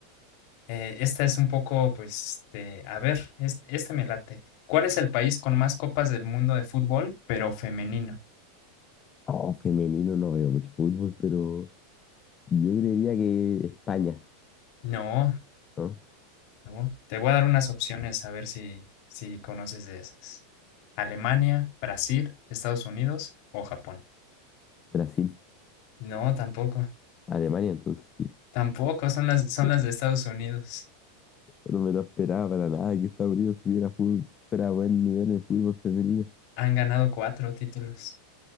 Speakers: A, on the left; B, on the left.
A: Eh, esta es un poco, pues, de, a ver, es- esta me late. ¿Cuál es el país con más copas del mundo de fútbol, pero femenino?
B: Oh, femenino no veo mucho fútbol, pero yo creería que España,
A: No,
B: ¿no?
A: no. Te voy a dar unas opciones a ver si, si conoces de esas. Alemania, Brasil, Estados Unidos o Japón.
B: Brasil,
A: No, tampoco.
B: Alemania, entonces sí.
A: Tampoco, son las, son
B: Oh,
A: las de Estados Unidos.
B: No me lo esperaba para nada que Estados Unidos tuviera fútbol, fuera buen nivel en fútbol femenino.
A: Han ganado cuatro títulos.